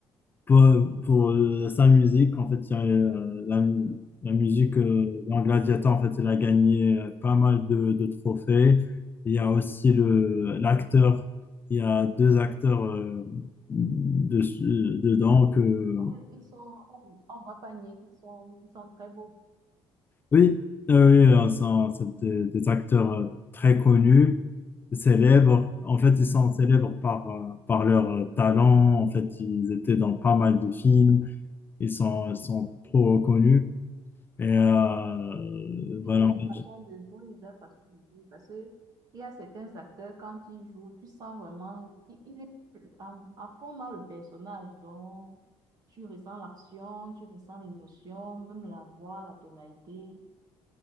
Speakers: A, on the left; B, on the right.
A: pour, pour, euh, sa musique. En fait, il y a, euh, la, mu- la musique euh, dans Gladiator, en fait, il a gagné euh, pas mal de, de trophées. Il y a aussi le,
B: hum.
A: l'acteur. Il y a deux acteurs euh, de- euh, dedans que
B: Ouais, Ils sont, on on va pas nier qu'ils sont, ils sont très beaux.
A: Oui, euh, oui, euh, sont- c'est des, des acteurs euh, très connus, célèbres. En fait, ils sont
B: Mm-hmm.
A: célèbres par, euh, par leur euh, talent. En fait, ils étaient dans pas mal de films. Ils sont, ils sont trop connus. Et euh,
B: et
A: voilà,
B: leur
A: en fait,
B: façon de jouer, leur façon de jouer. Parce que il y a certains acteurs, quand ils jouent, tu sens vraiment qu'il est en- à fond dans le personnage. Donc, tu ressens l'action, tu ressens l'émotion, même la voix, la tonalité.